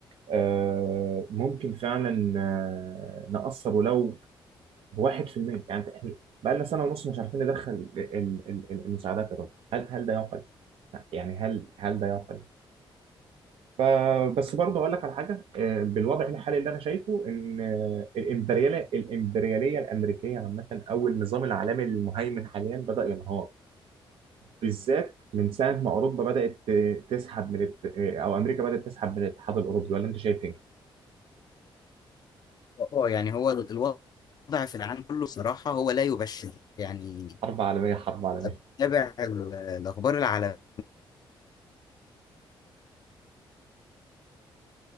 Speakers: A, on the right; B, on the left.
A: آه، ممكن فعلا آه، نأثر ولو بواحد في المية يعني أنت- احنا بقى لنا سنة ونص مش عارفين ندخل ال- ال- ال- المساعدات يا راجل هل هل ده يعقل؟ لا، يعني هل هل ده يعقل؟ فبس برضه اقول لك على حاجه آه، بالوضع الحالي اللي انا شايفه ان آه، الامبرياليه الامبرياليه الامريكيه عامه او النظام العالمي المهيمن حاليا بدا ينهار بالذات من ساعه ما اوروبا بدات آه، تسحب من الت... آه، او امريكا بدات تسحب من الاتحاد الاوروبي ولا انت شايف ايه؟
B: اه يعني هو الوضع في العالم كله صراحة هو لا يبشر يعني
A: حرب عالميه حرب عالميه
B: أتابع ال- الأخبار العالمية